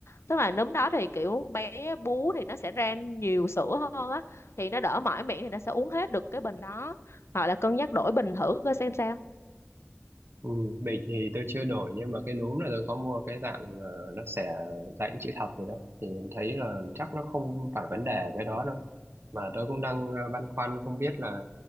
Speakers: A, on the left; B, on the right.
A: tức là núm đó thì kiểu bé bú thì nó sẽ ra nhiều sữa hơn á thì nó đỡ mỏi miệng thì nó sẽ uống hết được cái bình đó hoặc là cân nhắc đổi bình thử coi xem sao
B: Ừ, bịch thì tôi chưa đổi nhưng mà cái núm là tôi có mua cái dạng ờ, nó xẻ dạng chữ thập rồi đó thì thấy là chắc nó không phải vấn đề cái đó đâu mà tôi cũng đang ờ, băn khoăn không biết là